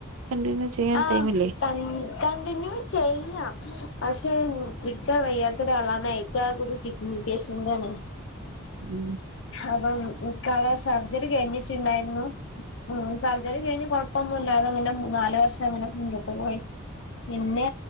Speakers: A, on the right; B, on the left.
A: കണ്ടിന്യൂ ചെയ്യാൻ
B: ആഹ്
A: ടൈമില്ലേ
B: ക കണ്ടിന്യൂ ചെയ്യാം പക്ഷെ ഇക്ക വയ്യാത്ത ഒരാളാണ് ഇക്ക ഒരു കിഡി മുകേഷ്ൻ്റാണ്
A: ഉം
B: അപ്പം ഇക്കാടെ സർജറി കഴിഞ്ഞിട്ടുണ്ടായിരുന്നു ഉം സർജര്ം കഴിഞ്ഞ് കൊഴപ്പൊന്നുമല്ലാതങ്ങനെ മൂന്ന് നാല് വർഷം അങ്ങനെ മുന്നോട്ട് പോയി പിന്നെ